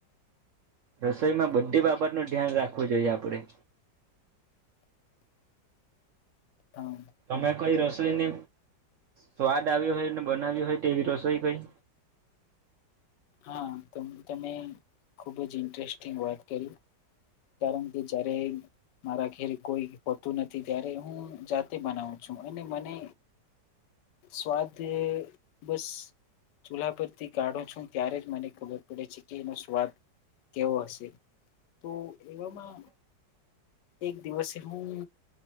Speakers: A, on the right; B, on the left.
A: રસોઈમાં બધી બાબતનું ધ્યાન રાખવું જોઈએ આપડે
B: <unintelligible> <inaudible> હા
A: તમે કઈ રસોઈને સ્વાદ આવ્યો હોય ને બનાવ્યું હોય તે તેવી રસોઈ કોઈ
B: હા તો તમે ખુબ જ ઈન્ટરેસ્ટિંગ વાત કરી. કારણ કે જયારે મારા ઘેરે કોઈ હોતું નથી ત્યારે હું જાતે બનાવું છું અને મને સ્વાદ બસ ચૂલ્હા પરથી કાઢો છું ત્યારે જ મને ખબર પડે છે કે એનો સ્વાદ કેવો હશે તો એવામાં એક દિવસે હું